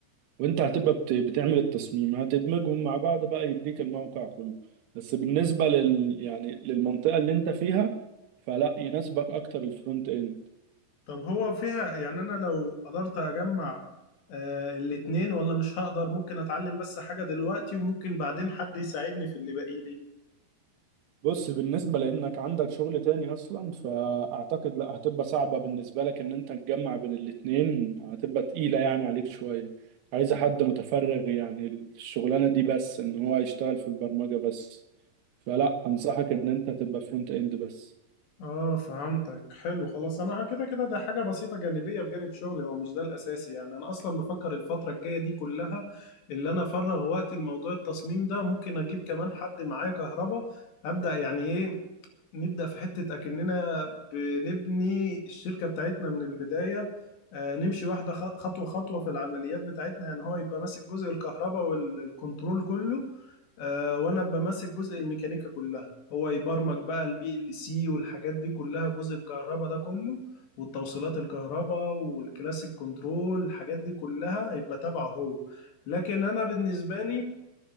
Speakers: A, on the right; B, on the left.
A: وانت هتبقى بت- بتعمل التصميم هتدمجهم مع بعض بقى يديك الموقع كله بس بالنسبة لل يعني للمنطقة اللي انت فيها فلا يناسبك اكتر الفرونت اند
B: طب هو فيها يعني انا لو قدرت اجمع آه الاتنين ولا مش هقدر ممكن اتعلم بس حاجة دلوقتي وممكن بعدين حد يساعدني في اللي باقي لي
A: بص بالنسبة لانك عندك شغل تاني اصلا فاعتقد لا هتبقى صعبة بالنسبة لك ان انت تجمع بين الاتنين هتبقى تقيلة يعني عليك شوية عايزة حد متفرغ يعني الشغلانة دي بس ان هو يشتغل في البرمجة بس فلا انصحك ان انت تبقى فرونت اند بس
B: اه فهمتك حلو خلاص انا كده كده ده حاجة بسيطة جانبية بجانب شغلي هو مش ده الاساسي يعني انا اصلا بفكر الفترة الجاية دي كلها اللي انا افرغ وقتي لموضوع التصميم ده ممكن اجيب كمان حد معايا كهربا ابدا يعني ايه نبدأ في حتة أكننا بنبني الشركة بتاعتنا من البداية آه، نمشي واحدة خ- خطوة خطوة في العمليات بتاعتنا يعني هو يبقى ماسك جزء الكهرباء والكنترول كله آه، وأنا أبقى ماسك جزء الميكانيكا كلها هو يبرمج بقى البي ال سي والحاجات دي كلها جزء الكهرباء ده كله والتوصيلات الكهرباء والكلاسيك كنترول الحاجات دي كلها يبقى تبعه هو لكن أنا بالنسبة لي